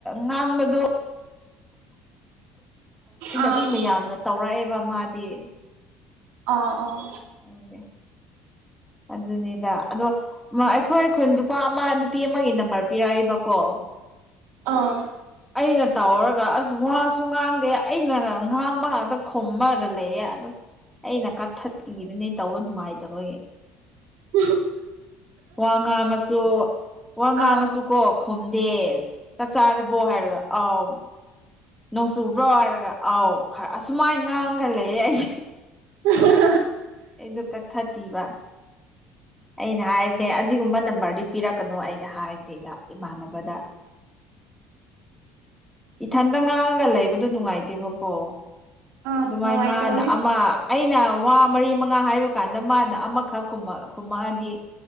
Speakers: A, in the centre; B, on the right (about 80°).
A: ꯉꯥꯡꯕꯗꯣ
B: ꯑꯥ
A: ꯃꯤ ꯃꯌꯥꯝꯅ ꯇꯧꯔꯛꯑꯦꯕ ꯃꯥꯗꯤ꯫
B: ꯑꯥ ꯑꯥ
A: ꯈꯪꯗꯦ ꯑꯗꯨꯅꯤꯗ ꯑꯗꯣ ꯃ ꯑꯩꯈꯣꯏ ꯈꯨꯟ ꯅꯨꯄꯥ ꯑꯃ ꯅꯨꯄꯤ ꯑꯃꯒꯤ ꯅꯝꯕꯔ ꯄꯤꯔꯛꯏꯕꯀꯣ꯫
B: ꯑ꯫
A: ꯑꯩꯅ ꯇꯧꯔꯒ ꯑꯁ ꯋꯥꯁꯨ ꯉꯥꯡꯗꯦ ꯑꯩꯅ ꯉꯥꯡꯕ ꯉꯥꯛꯇ ꯈꯣꯝꯃꯒ ꯂꯩꯌꯦ ꯑ ꯑꯩꯅ ꯀꯛꯊꯄꯤꯕꯅꯤ ꯇꯧꯕ ꯅꯨꯡꯉꯥꯏꯇꯕꯒꯤ
B: ꯎꯝ
A: ꯋꯥ ꯉꯥꯡꯉꯁꯨ ꯋꯥ ꯉꯥꯡꯉꯁꯨ
B: ꯑꯥ
A: ꯀꯣ ꯈꯨꯝꯗꯦ ꯆꯥꯛ ꯆꯥꯔꯕꯣ ꯍꯥꯏꯔꯒ ꯑꯥꯎ ꯅꯣꯡ ꯆꯨꯕ꯭ꯔꯣ ꯍꯥꯏꯔꯒ ꯑꯥꯎ ꯑꯁꯨꯃꯥꯏꯅ ꯉꯥꯡꯒ ꯂꯩꯌꯦ ꯑꯩ
B: ꯑ
A: ꯑꯩꯗꯨ ꯀꯛꯊꯠꯄꯤꯕ ꯑꯩꯅ ꯍꯥꯏꯕꯅꯦ ꯑꯗꯨꯒꯨꯝꯕ ꯅꯝꯕꯔꯗꯤ ꯄꯤꯔꯛꯀꯅꯨ ꯑꯩꯅ ꯍꯥꯏꯕꯅꯦꯗ ꯏꯃꯥꯟꯅꯕꯗ ꯏꯊꯟꯇ ꯉꯥꯡꯑꯒ ꯂꯩꯕꯗꯣ ꯅꯨꯡꯉꯥꯏꯇꯦꯕꯀꯣ
B: ꯑꯥ
A: ꯑꯗꯨꯃꯥꯏ
B: ꯅꯨꯡꯉꯥꯏꯇꯕꯅꯦ
A: ꯃꯥꯅ ꯑꯃ ꯑꯩꯅ ꯋꯥ ꯃꯔꯤ ꯃꯉꯥ ꯍꯥꯏꯕ ꯀꯥꯟꯗ ꯃꯥꯅ ꯑꯃꯈꯛꯀꯨꯝꯑ ꯈꯨꯝꯃꯛꯑꯗꯤ